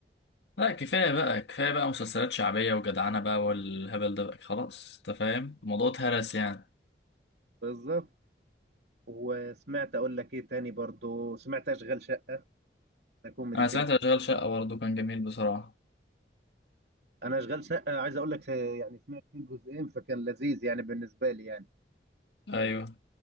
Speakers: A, on the left; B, on the right.
A: لا كفايه بقى كفايه بقى مسلسلات شعبيه وجدعنه بقى والهبل ده بقى خلاص انت فاهم الموضوع اتهرس يعني
B: بالظبط وسمعت اقول لك ايه تاني برضو سمعت اشغال شقه ده كوميدي
A: انا
B: كده
A: سمعت اشغال شقه برضه كان جميل بصراحه
B: انا اشغال شقه عايز اقول لك آه، يعني سمعت فيه جزئين فكان لذيذ يعني بالنسبه لي يعني
A: ايوه